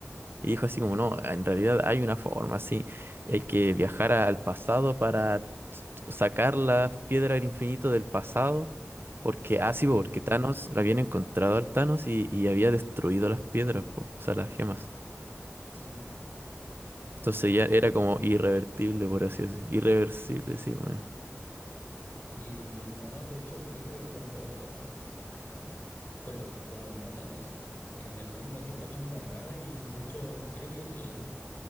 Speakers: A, on the right; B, on the left.
A: Y dijo así como, no, en realidad hay una forma, sí y hay que viajar a- al pasado para t- sacar la piedra del infinito del pasado, porque, ah, sí, po,
B: ujú,
A: porque Thanos, la habían encontrado al Thanos y, y había destruido las piedras, po, o sea, las gemas.
B: Sí.
A: Entonces ya era como irrevertible, por así decir. Irreversible, sí, weón.
B: Y no, de hecho creo que con lo con lo que como ganó Thanos, eh, en el mundo quedó la embarrada y mucho, creo que el,